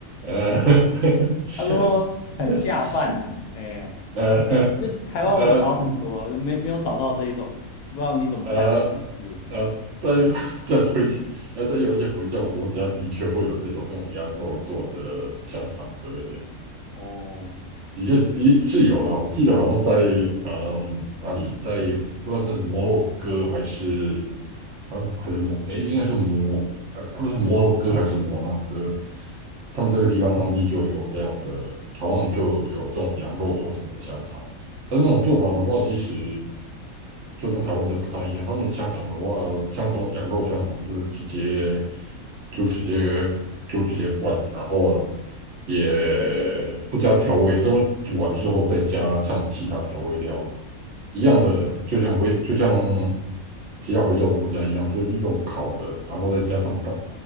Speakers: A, on the right; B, on the left.
A: 呃。
B: <laughs> 他说很下饭呐、
A: <laughs>
B: 哎、
A: 呃
B: 这台湾我找很多，
A: 呃
B: 没没有找到这一种，不知道你怎么看这件事？
A: 呃呃，在 <laughs> 在回呃在有一些回教国家的确会有这种用羊肉做的香肠，对对对，
B: 哦，
A: 的确是的是有啦。我记得好像在嗯哪里，在不知道是摩洛哥还是好像还是摩诶，应该是摩呃不知道是摩洛哥还是摩纳哥，他们这个地方当地就有这样的，好像就有这种羊肉做成的香肠。但那种做法的话，其实就跟台湾的不太一样。他们的香肠的话，像这种羊肉香肠，就是直接就直接就直接灌，然后也不加调味，他们煮完之后再加上其他调味料，一样的，就像回就像其他回教国家一样，就是用烤的，然后再加上大